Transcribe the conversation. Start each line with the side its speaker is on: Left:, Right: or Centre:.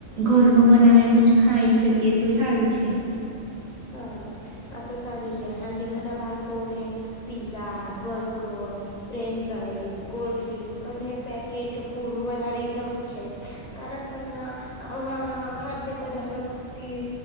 Right: ઘરનું બનાવેલુ ખાઈ શકીએ તો સારું છે.
Left: હા આ તો સાજું છે હાંજે ઘણા બાળકો ને. Pizza burger french fries cold drink અને પેકેટ ફૂડ વધારે એ ગમ છે. કારણ પણ આ આવા ખાદ્ય પદાથૅ રોથી